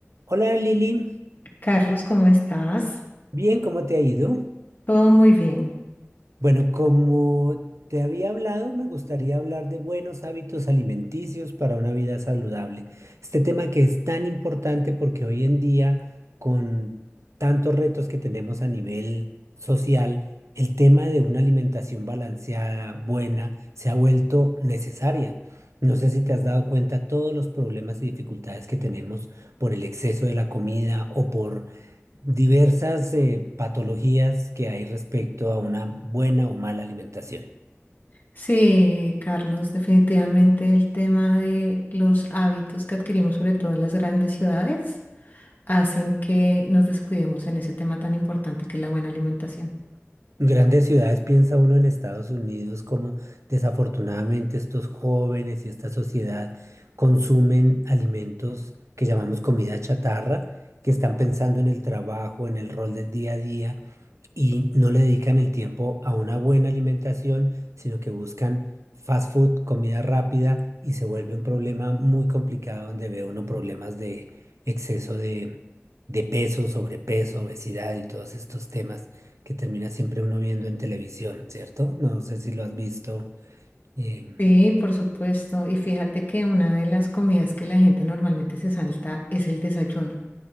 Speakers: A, on the right; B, on the left.
A: Hola Lili,
B: Carlos, ¿cómo estás?
A: bien, ¿cómo te ha ido?
B: Todo muy bien.
A: Bueno, como te había hablado, me gustaría hablar de buenos hábitos alimenticios para una vida saludable. Este tema que es tan importante porque hoy en día, con tantos retos que tenemos a nivel social, el tema de una alimentación balanceada, buena, se ha vuelto necesaria. No sé si te has dado cuenta todos los problemas y dificultades que tenemos por el exceso de la comida o por diversas eh, patologías que hay respecto a una buena o mala alimentación.
B: Sí, Carlos, definitivamente el tema de los hábitos que adquirimos, sobre todo en las grandes ciudades, hacen que nos descuidemos en ese tema tan importante que es la buena alimentación.
A: Grandes ciudades piensa uno en Estados Unidos como desafortunadamente estos jóvenes y esta sociedad consumen alimentos que llamamos comida chatarra, que están pensando en el trabajo, en el rol del día a día y no le dedican el tiempo a una buena alimentación, sino que buscan fast food, comida rápida, y se vuelve un problema muy complicado donde ve uno problemas de exceso de, de peso, sobrepeso, obesidad y todos estos temas que termina siempre uno viendo en televisión, ¿cierto? No sé si lo has visto. eh,
B: Sí, por supuesto. Y fíjate que una de las comidas que la gente normalmente se salta es el desayuno,